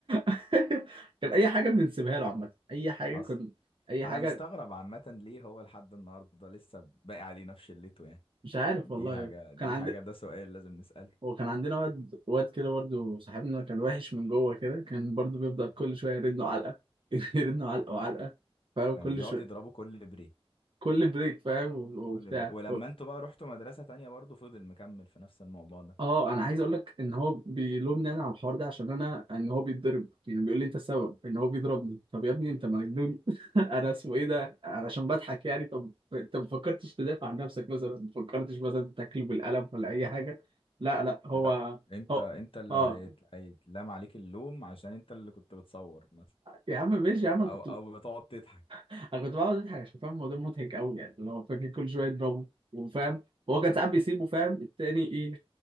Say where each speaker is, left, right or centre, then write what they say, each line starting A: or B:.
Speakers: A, on the right; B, on the left.
A: <laughs> كان اي حاجه بنسيبها له عامه اي حاجه
B: حصل
A: كنت اي
B: انا
A: حاجه
B: مستغرب عامة ليه هو لحد النهاردة لسه باقي عليه نفس شلته يعني
A: مش عارف
B: دي
A: والله
B: حاجة دي
A: كان عندي
B: حاجة ده سؤال لازم نسأله
A: وكان عندنا واد واد كده برضو صاحبنا كان وحش من جوه كده كان برضو بيفضل كل شويه يرن له علقه <laughs> يرن له علقه وعلقه فاهم
B: كان
A: كل
B: بيقعد
A: شويه
B: يضربه كل بريك
A: كل بريك فاهم وبتاع
B: كل بريك ولما انتوا بقى رحتوا مدرسة تانية برضه فضل مكمل في نفس الموضوع ده
A: اه انا عايز اقول لك ان هو بيلومني انا على الحوار ده عشان انا ان هو بيتضرب يعني بيقول لي انت السبب ان هو بيضربني طب يا ابني انت مجنون <laughs> انا اسمه ايه ده علشان بضحك يعني طب انت ما فكرتش تدافع عن نفسك مثلا ما فكرتش مثلا تاكله بالقلم ولا اي حاجه لا لا هو
B: لا انت
A: هو
B: انت اللي
A: اه
B: هيت- هيتلام عليك اللوم عشان انت اللي كنت بتصور مثلا
A: يا عم ماشي يا عم انا
B: او
A: كنت
B: او بتقعد تضحك
A: انا كنت بقعد اضحك عشان فاهم الموضوع مضحك قوي يعني اللي هو فاكر كل شويه يضربه وفاهم هو كان ساعات بيسيبه فاهم التاني ايه